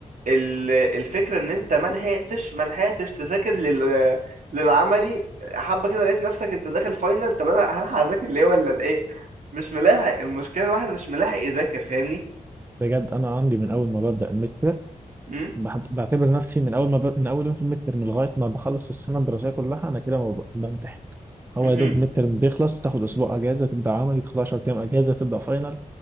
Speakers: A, on the right; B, on the right.
A: ال- الفكره ان انت ما لحقتش ما لحقتش تذاكر لل للعملي حبه كده لقيت نفسك انت داخل فاينل طب انا هلحق اذاكر ليه ولا لايه مش ملاحق المشكله الواحد مش ملاحق يذاكر فاهمني
B: بجد أنا عندي من أول ما ببدأ المتر
A: امم
B: بعتبر نفسي من أول ما ب... من أول يوم في المتر من لغاية ما بخلص السنة الدراسية كلها أنا كده ما ب... بمتحن هو
A: امم
B: يا دوب ميد ترم بيخلص تاخد اسبوع اجازه تبدا عملي تاخد 10 ايام اجازه تبدا فاينل